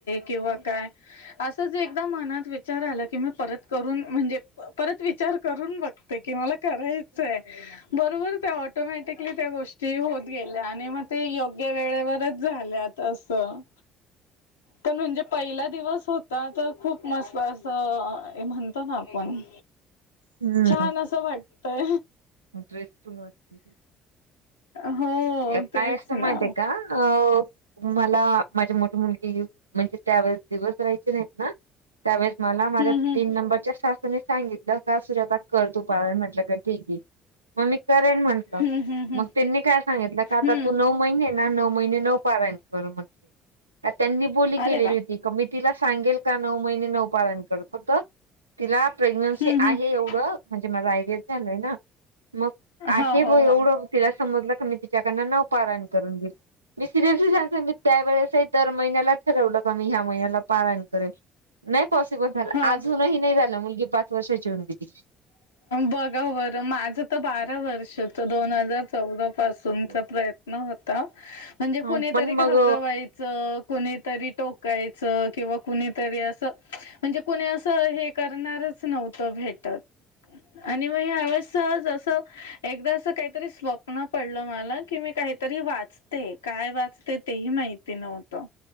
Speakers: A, on the left; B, on the right.
A: किंवा काय? असंच एकदा मनात विचार आला की मी परत करून म्हणजे परत विचार करून बघ. ते कि मला करायचंय. बरोबर त्या ऑटोमॅटिकली त्या गोष्टी होत गेल्या आणि मग ते योग्य वेळेवरच झाल्या. तसं पण म्हणजे पहिला दिवस होता तर खूप मस्त असं म्हणतो ना आपण
B: हम्म
A: छान असं वाटतय.
B: ड्रेसफुल वाटते.
A: हो
B: काय
A: तेच
B: असतं
A: ना
B: माहितीय का अ मला माझ्या मोठी मुलगी म्हणजे त्यावेेळेस दिवस राहायची नाहीत ना त्यावेळेस मला माझ्या
A: हम्म हम्म
B: तीन नंबरच्या सासूने सांगितलं का सूजता कर तू पारायन म्हटलं का ठीक आहे. मग मी करेन म्हंटलं
A: हम्म हम्म
B: मग
A: हम्म
B: त्यांनी काय सांगितलं का आता
A: हम्म
B: तू नऊ महिने ना नऊ महिने नऊ पारायण कर म्हंटले. त्यांनी बोली
A: अरे
B: केलेली
A: वा
B: होती. मी तिला सांगेल का नऊ महिने नऊ पारायन करत फक्त तिला प्रेग्नन्सी
A: हम्म
B: आहे
A: हम्म
B: एवढं म्हणजे माझ आयरि झालंय ना मग आहे
A: हो
B: बुवा
A: हो
B: एवढं.
A: हो
B: तिला समजलं क मी तिच्याकड नऊ पारायण करून घेईल मी सिरीयसली सांगते म्हणजे त्यावेेळेस दर महिन्याला ठरवलं कमी ह्या महिन्याला पारायन नाही पॉसिबल झालं
A: ह
B: अजूनही नाही झालं मुलगी पाच वर्षाची होऊन गेली.
A: बघा बरं माझं तर बारा वर्ष होत दोन हजार. चौदा पासून
B: असं.
A: चा प्रयत्न होता म्हणजे
B: ह
A: कुतरी
B: पण
A: घाब.
B: मग
A: कुणीतरी टोकायचं किंवा कुणीतरी असं. म्हणजे कुणी असं हे करणारच नव्हतं भेटत. आणि मग ह्यावेळेस सहज अस एकदा अस काहीतरी स्वप् ण पडलं मला की मी काहीतरी वाचते काय वाचते तेही माहिती नव्हतं.